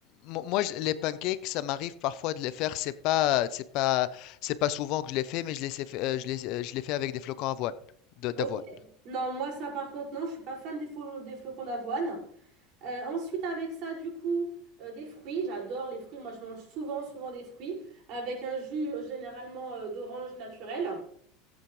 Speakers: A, on the left; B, on the right.
A: Moi, je- les pancakes, ça m'arrive parfois de les faire. C'est pas, c'est pas, c'est pas souvent que je les fais, mais je les, sais fa- euh, je les, euh, je les fais avec des flocons avoine, de- d'avoine.
B: Ok. Non, moi, ça, par contre, non, je suis pas fan des, flo- des flocons d'avoine. Euh, ensuite, avec ça, du coup, euh, des fruits. J'adore les fruits. Moi, je mange souvent, souvent des fruits. Avec un jus, euh, généralement, euh, d'orange naturel.